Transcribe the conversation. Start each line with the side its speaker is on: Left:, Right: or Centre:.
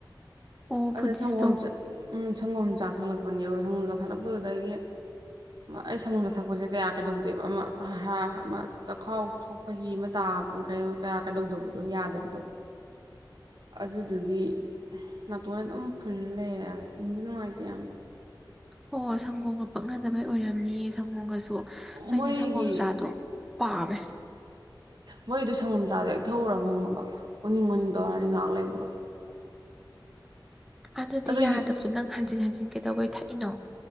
Centre: ꯑꯣ
Right: ꯑꯗꯣ
Centre: ꯐꯨꯗꯤꯁꯇꯣ
Right: ꯁꯪꯒꯣꯝꯁ ꯎ ꯁꯪꯒꯣꯝ ꯆꯥ ꯊꯛꯂꯛꯄꯅꯦꯕ ꯁꯪꯒꯣꯝ ꯆꯥ ꯊꯛꯂꯛꯄꯗꯨꯗꯒꯤ ꯑꯩ ꯁꯪꯒꯣꯝ ꯆꯥ ꯊꯛꯄꯁꯦ ꯀꯌꯥ ꯀꯩꯗꯧꯗꯦꯕ ꯑꯃ ꯍꯥ ꯑꯃ ꯆꯈꯥꯎ ꯁꯣꯛꯄꯒꯤꯤ ꯑꯃ ꯇꯥꯕ ꯀꯣ ꯀꯌꯥ ꯀꯩꯗꯧꯗꯕꯗꯣ ꯌꯥꯗꯕꯗꯣ ꯑꯗꯨꯗꯨꯒꯤ ꯅꯥꯇꯣꯟ ꯑꯗꯨꯝ ꯐꯨꯜ ꯂꯩꯔꯦꯁꯨ ꯅꯨꯡꯉꯥꯏꯇꯦ ꯌꯥꯝ
Centre: ꯑꯣ ꯁꯪꯒꯣꯝꯒ ꯄꯛꯅꯗꯕꯩ ꯑꯣꯏꯔꯝꯅꯤ ꯁꯪꯒꯣꯝꯒꯁꯨ ꯑꯩꯗꯤ
Right: ꯃꯣꯏꯒꯤ
Centre: ꯁꯪꯒꯣꯝꯆꯥꯗꯣ ꯄꯥꯝꯃꯦ
Right: ꯃꯣꯏꯗꯨ ꯁꯪꯒꯣꯝ ꯆꯥꯗ ꯑꯦꯛ ꯊꯎꯔꯕ ꯍꯪꯉꯕ ꯎꯅꯤꯡ ꯑꯣꯅꯤꯡ ꯇꯧꯔꯅꯤ ꯉꯥꯏꯍꯥꯛ ꯂꯩꯕꯀꯣ
Centre: ꯑꯗꯨꯗꯤ
Right: ꯑꯗꯨ
Centre: ꯌꯥꯗꯕꯁꯨ ꯅꯪ ꯍꯟꯖꯤꯟ ꯍꯟꯖꯤꯟ ꯀꯩꯗꯧꯕꯩ ꯊꯛꯏꯩꯅꯣ